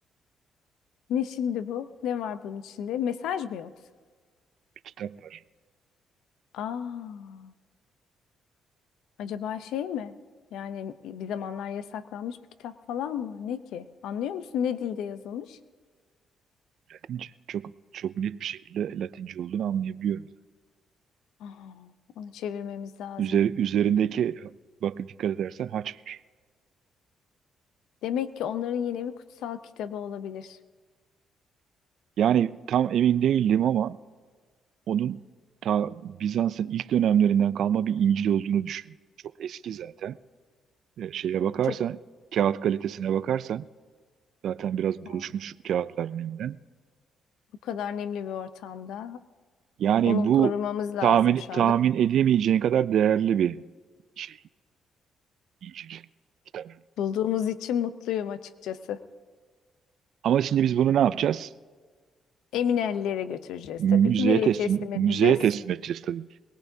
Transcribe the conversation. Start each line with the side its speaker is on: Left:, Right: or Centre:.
Left: Ne şimdi bu? Ne var bunun içinde? Mesaj mı yoksa?
Right: bir kitap var
Left: Aa, acaba şey mi? Yani bir zamanlar yasaklanmış bir kitap falan mı? Ne ki? Anlıyor musun ne dilde yazılmış?
Right: Latince. Çok çok net bir şekilde Latince olduğunu anlayabiliyorum.
Left: Aa, onu çevirmemiz lazım.
Right: Üzeri, üzerindeki bak dikkat edersen haç var.
Left: Demek ki onların yine bir kutsal kitabı olabilir.
Right: Yani tam emin değildim ama onun ta Bizans'ın ilk dönemlerinden kalma bir İncil olduğunu düşünüyorum. Çok eski zaten. E, şeye bakarsan,
Left: Çok
Right: kağıt kalitesine bakarsan zaten biraz
Left: aa,
Right: buruşmuş kağıtlar nemden.
Left: bu kadar nemli bir ortamda
Right: Yani
Left: onu
Right: bu
Left: korumamız lazım
Right: tahmin
Left: şu
Right: tahmin
Left: anda.
Right: edemeyeceğin kadar değerli bir şey. İncil, kitap.
Left: Bulduğumuz için mutluyum açıkçası.
Right: Ama şimdi biz bunu ne yapacağız?
Left: Emin ellere götüreceğiz
Right: Müzeye
Left: tabii ki. Nereye
Right: teslim,
Left: teslim edeceğiz?
Right: müzeye teslim edeceğiz tabii ki.